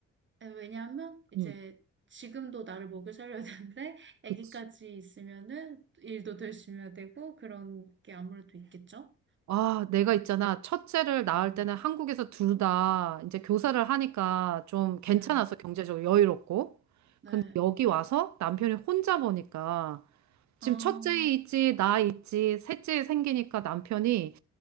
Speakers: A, on the right (about 40°); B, on the right (about 65°).
A: 에, 왜냐하면 이제
B: 응,
A: 지금도 나를 먹여 살려야 되는데 <laughs> 아기까지
B: 그치.
A: 있으면은 일도 열심히 야 되고 그런 게 아무래도 있겠죠?
B: 아, 내가 있잖아. 첫째를 낳을
A: 음.
B: 때는 한국에서 둘 다 이제 교사를 하니까 좀 괜찮아서
A: 예,
B: 경제적으로 여유롭고.
A: 네.
B: 근데 여기 와서 남편이 혼자 보니까 지금
A: 아,
B: 첫째 있지, 나 있지, 셋째 생기니까 남편이